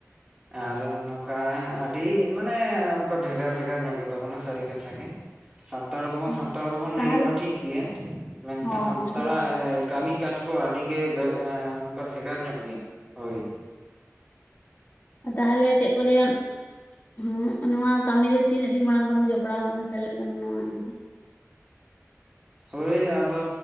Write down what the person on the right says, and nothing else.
ᱟᱨ ᱱᱚᱝᱠᱟ ᱟᱹᱰᱤ ᱢᱟᱱᱮ ᱚᱝᱠᱟ ᱵᱷᱮᱜᱟᱨ ᱵᱷᱮᱜᱟᱨ ᱧᱚᱜ ᱜᱮᱛᱟᱵᱚᱱᱟ ᱥᱟᱹᱨᱤ ᱠᱟᱛᱷᱟ ᱜᱮ ᱥᱟᱱᱛᱟᱲ ᱫᱚᱵᱚᱱ
ᱥᱟᱱᱛᱟᱲ ᱫᱚᱵᱚᱱ
ᱞᱟᱹᱭᱟᱹᱜᱼᱟ ᱴᱷᱤᱠ ᱜᱮᱭᱟ ᱢᱮᱱᱠᱷᱟᱱ
ᱥᱟᱱᱛᱟᱲᱟᱜ
ᱠᱟᱹᱢᱤ ᱠᱟᱡᱽ ᱠᱚ ᱟᱹᱰᱤᱜᱮ ᱵᱮ ᱱᱚᱝᱠᱟ ᱵᱷᱮᱜᱟᱨ ᱧᱚᱜ ᱜᱮᱭᱟ ᱦᱩᱭ
ᱦᱳᱭ ᱟᱫᱚ